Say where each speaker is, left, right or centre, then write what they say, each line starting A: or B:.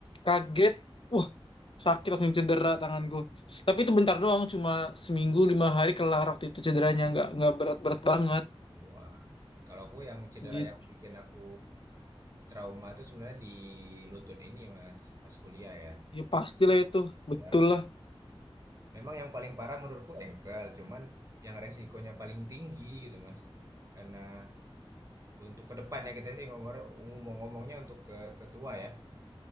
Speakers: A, on the left; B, on the right.
A: kaget. Wah, sakit langsung cedera tanganku. Tapi itu bentar doang, cuma seminggu lima hari kelar waktu itu cederanya nggak nggak berat-berat banget.
B: Wah, kalau aku yang cedera
A: Gitu.
B: yang bikin aku trauma itu sebenarnya di lutut ini mas pas kuliah ya
A: Ya pastilah itu,
B: ya
A: betul lah.
B: memang yang paling parah menurutku engkel cuman yang resikonya paling tinggi gitu mas karena untuk ke depan ya kita sih ngomong ngomong ngomongnya untuk ke ketua ya